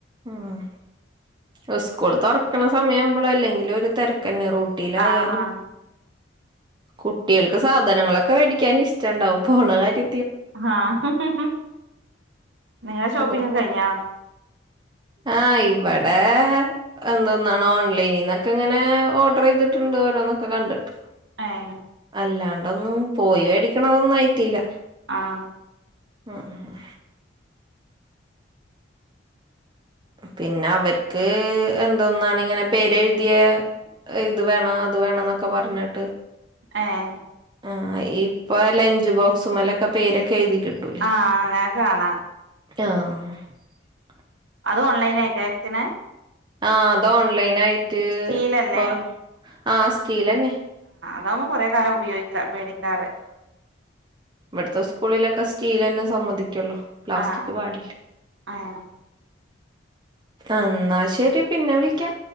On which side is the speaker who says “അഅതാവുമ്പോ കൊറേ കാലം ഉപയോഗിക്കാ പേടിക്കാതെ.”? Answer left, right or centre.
Right